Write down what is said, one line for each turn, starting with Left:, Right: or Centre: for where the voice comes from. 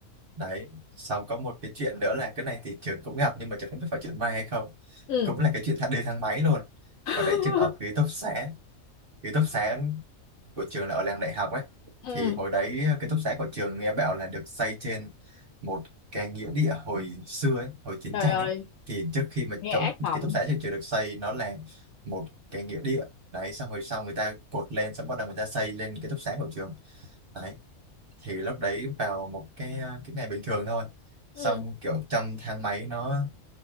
Right: đấy xong có một cái chuyện nữa là cái này thì trường cũng gặp nhưng mà trường không biết phải chuyện may hay không
Left: Ừ.
Right: cũng là cái chuyện thang- đi thang máy luôn
Left: <laughs>
Right: và đấy trường ở ký túc xá ký túc xá của trường là ở làng đại học ấy
Left: ừ
Right: thì hồi đấy ký túc xá của trường nghe bảo là được xây trên một cái nghĩa địa hồi xưa ấy hồi chiến
Left: trời
Right: tranh
Left: ơi
Right: ấy thì trước khi mà
Left: nghe
Right: chỗ
Left: ác mộng
Right: ký túc xá trường trường được xây nó là một cái nghĩa địa đấy xong rồi sau người ta cột lên xong bắt đầu người ta xây lên ký túc xá của trường đấy thì lúc đấy vào một cái cái ngày bình thường thôi
Left: ừ
Right: xong kiểu trong thang máy nó